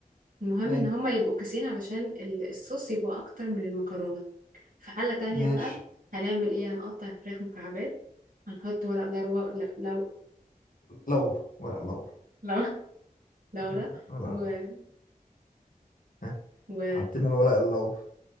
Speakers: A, on the right; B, on the left.
A: المهم
B: حلو
A: ان هما يبقوا كيسين علشان ال- الصوص يبقى اكتر من المكرونة في حلة تانية
B: ماشي
A: بقى هنعمل ايه هنقطع الفراخ مكعبات هنحط ورق لورا لا- لو
B: لور ورق لور
A: لو <laughs> لورا
B: أيوة، ورق
A: و...
B: لور ها
A: و...
B: حطينا الورق اللور